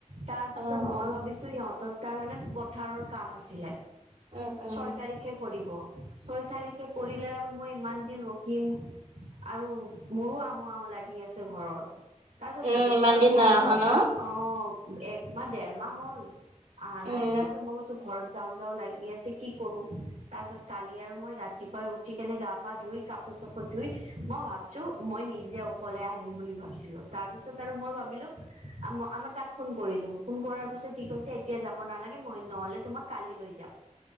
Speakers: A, on the right; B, on the right.
A: তাৰ পিছত
B: অ
A: মই
B: অ
A: ভাবিছোঁ ইহঁত তাত মানে পথাৰৰ কাম আছিলে।
B: উম উম
A: ছয় তাৰিখে কৰিব। ছয় তাৰিখে কৰিলে আৰু মই ইমান দিন ৰখিম আৰু মোৰো আহো আহোঁ লাগি আছে ঘৰত। তাৰ পিছত
B: উম
A: ভেনিদেউ
B: ইমান
A: কলো
B: দিন
A: মই
B: নাই
A: ঘৰত
B: অহা ন
A: যাওঁ, অ একমাহ দেৰ মাহ হ'ল। আহ
B: উম
A: নাই, তাৰ আছে পিছত মই কৈছোঁ ঘৰত যাওঁ যাওঁ লাগি আছে কি কৰোঁ, তাৰ পাছত কালি আৰু মই ৰাতিপুৱাই উঠি কেনে গা পা ধুই কাপোৰ শপত জুই, মই ভাবিছো মই নিজ যে অকলে আহিম বুলি ভাবিছিলোঁ তাৰ পিছত আৰু মই ভাবিলোঁ অমা আমাৰ তাক ফোন কৰিলোঁ। ফোন- ফোন কৰাৰ পিছত কি কৈছে এতিয়া যাব নালাগে, মই নহলে তোমাক কালি লৈ যাম।